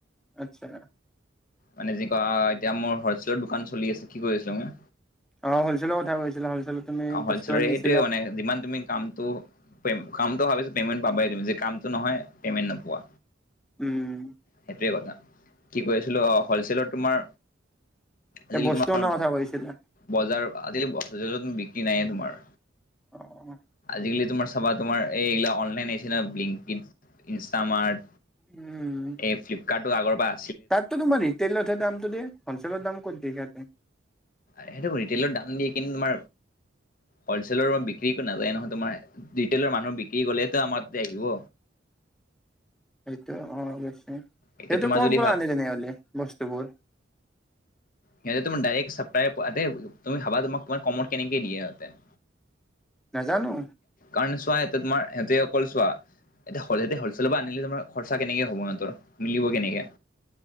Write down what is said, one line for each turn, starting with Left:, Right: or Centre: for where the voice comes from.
Centre: আচ্ছা
Left: মানে যি কয় এতিয়া মোৰ হলচেলৰ দোকান চলি আছে কি কৰি আছিলো ম
Centre: অ হলচেলৰ কথা কৈছিলা হলচেলত তুমি
Left: অ হৈছিল
Centre: বস্তু আনিছিলা
Left: এইটোোৱে মানে যিমান তুমি কামটো কামটো ভাবিছো পেমেণ্ পাব তুমি যে কামটো নহয় পেমেণ্ট নোপোৱা।
Centre: উম
Left: সেইটোৱে কথা কি কৈছিলো আহ হলচেলত তোমাৰ আজিকালি
Centre: এ বস্তু
Left: তোমাৰ
Centre: অনাৰ কথা কৈছিলা
Left: বজাৰ আজিকালি বজাৰ বিক্ৰী নাইএ তোমাৰ।
Centre: অ অ
Left: আজিকালি তোমাৰ চাবা তোমাৰ এইিলা অনলাইন আহিছে ন ব্লী ইনষ্টামাৰ্ট
Centre: উম
Left: এই ফ্লিপকাৰ্টটো আগৰ পৰা।
Centre: তাততো তোমাৰ ৰিটেইলতহে দামটো দে হ'লচেলৰ দাম ক'ত দিয় সেয়াতে?
Left: সেইটো ৰিটেইলৰ দাম দিয়ে কিন্তু তোমাৰ হ'লচলৰ বিক্ৰী নাযায় নহয় তোমাৰ ৰিটেইলৰ মানুহ বিক্ৰী গলেতো আমাৰ আহিব।
Centre: সেইটো অ অৱশয়
Left: এতিয়া
Centre: সেইহটো
Left: তোমাৰ
Centre: ক
Left: যদি
Centre: পৰা
Left: ভাব
Centre: আনে তেনেহ'লে বস্তু বোৰ?
Left: সিহঁতে তোমাইৰেক্াপাই তুমিাবা তোম তোমাৰ কমত কেনেক দিয়েহঁতে?
Centre: নাজানো।
Left: কাৰণ ছোৱা এতিয়া তোমাৰ এতিয়া অকল ছোৱা এ হলচেলৰ পৰা আনিলে তোমাৰ খৰচা কেনেকে হব সিহতৰ মিলিব কেনেকে?